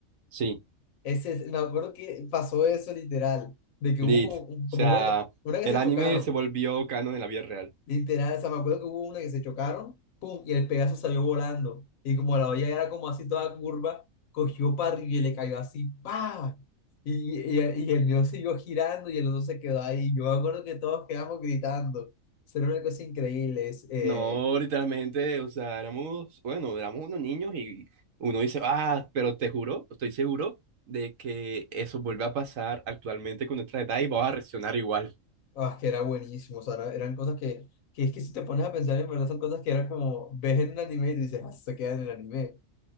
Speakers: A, on the right; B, on the left.
A: sí,
B: Ese, es- me acuerdo que pasó eso literal, de que
A: lit.
B: hubo
A: O
B: como,
A: sea,
B: como una, que- una que
A: el
B: se
A: anime
B: chocaron
A: se volvió canon en la vida real.
B: Literal, o sea, me acuerdo que hubo una que se chocaron, pum, y el Pegaso salió volando. Y como la olla era como así toda curva, cogió para arriba y le cayó así, ¡pa! Y, y, y el mío siguió girando y el otro se quedó ahí. Yo me acuerdo que todos quedamos gritando. O sea, Era una cosa increíble, es, eh,
A: No, literalmente, o sea, éramos, bueno, éramos unos niños y uno dice, ah, pero te juro, estoy seguro de que eso vuelve a pasar actualmente con nuestra edad y vamos a reaccionar igual,
B: ah, que era buenísimo. O sea, era- eran cosas que, que es que si te pones a pensar, en verdad son cosas que era como, ves en el anime y tú dices, ah, se queda en el anime.